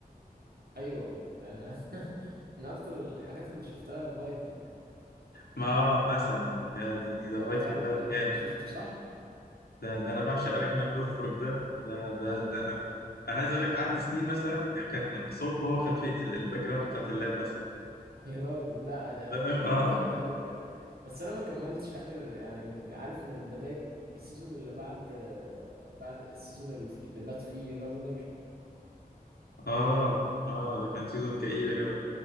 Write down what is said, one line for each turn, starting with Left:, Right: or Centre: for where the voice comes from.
Right: أيوه ده أنا <laughs> من أكتر الحاجات اللي شفتها فايكنج
Left: ما مثلا يا دي ده
Right: لو
Left: فايكنج
Right: تعرف
Left: ده
Right: فايكنج
Left: جامد
Right: شفته صح؟
Left: ده ده انا بعشق راجنر لوثبروك ده ده ده
Right: آه
Left: ده انا انا عايز اقول لك قعدت سنين مثلا كان صورته هو خلفيه ال- الباك جراوند بتاعت اللاب مثلا
Right: <laughs> يا راجل لا أنا يعني
Left: فاهم اه
Right: جامد أوي بجد بس أنا ما كملتش آخر يعني عارف من البداية السيزون اللي بعد بعد السيزون اللي, اللي مات فيه راجنر
Left: اه اه ده كان سيزون كئيب يا جدع